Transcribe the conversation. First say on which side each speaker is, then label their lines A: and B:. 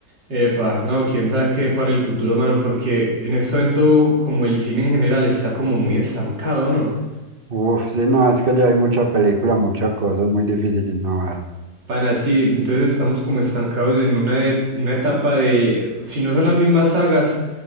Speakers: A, on the right (about 85°); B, on the right (about 35°).
A: Epa, no, quién sabe qué para el futuro, mano, porque en este momento, como el cine en general está como muy estancado, ¿no?
B: Uf, sí, no, es que ya hay mucha película, mucha cosa, es muy difícil innovar.
A: Para sí, entonces estamos como estancados en una, e- una etapa de, si no son las mismas sagas,